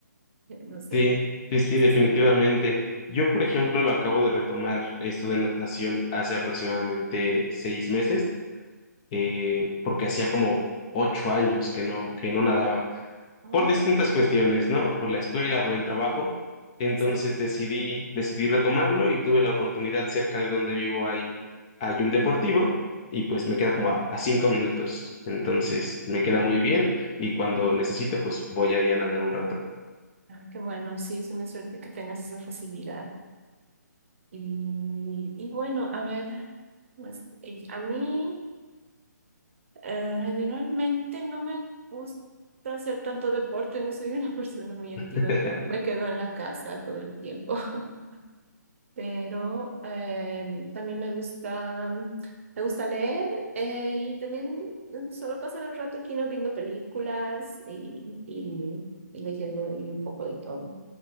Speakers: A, on the right; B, on the left.
A: <laughs> no sé.
B: Sí, sí, sí,
A: Sí,
B: definitivamente.
A: sí.
B: Yo, por ejemplo, lo acabo de retomar esto de natación hace aproximadamente seis meses, eh, porque hacía como ocho años que no, que no nadaba,
A: Oh,
B: por distintas
A: ok,
B: cuestiones, ¿no? Por la escuela, por el trabajo. Entonces
A: exacto.
B: decidí, decidí retomarlo y tuve la oportunidad cerca de donde vivo hay, hay un deportivo y pues me queda como a, a cinco minutos. Entonces me queda muy bien y cuando necesito, pues voy ahí a nadar un rato.
A: Ah, qué bueno. Sí, es una suerte que tengas esa facilidad. Y, y bueno, a ver, pues, y a mí. Eh, generalmente no me gusta hacer tanto deporte, no soy una <laughs> persona muy activa,
B: <laughs>
A: creo. Me quedo en la casa todo el tiempo, <laughs> pero em, también me gusta, mm, me gusta leer eh, y también mm, solo pasar el rato aquí no viendo películas y, y, y leyendo y un poco de todo.